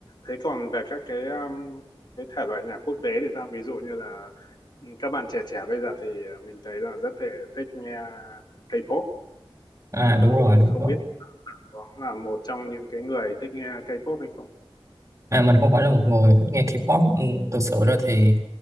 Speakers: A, on the left; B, on the right.
A: thế còn về các cái um, cái thể loại nhạc quốc tế thì sao ví dụ như là ừ, các bạn trẻ trẻ bây giờ thì mình thấy là rất thể thích nghe K-pop
B: À
A: à,
B: đúng rồi,
A: thì
B: đúng
A: không
B: rồi.
A: biết có là một trong những cái người thích nghe K-pop hay không
B: À, mình không phải là một người thích nghe K-pop ừ, thực sự ra thì